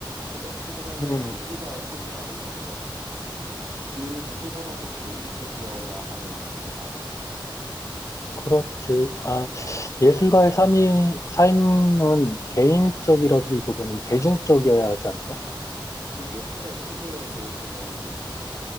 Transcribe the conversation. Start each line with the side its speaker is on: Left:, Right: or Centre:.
Right: 근데 어찌 보면은
Left: 음,
Right: 예술가의 삶이라는 거는 그 누구보다도 개인적이어야 하는 거잖아.
Left: 그렇지. 아,
Right: 어,
Left: 예술가의 삶이, 삶은 개인적이라기보다는
Right: 음,
Left: 대중적이어야
Right: 응.
Left: 하지 않나?
Right: 음. 근데 예술의 세계에 대해서는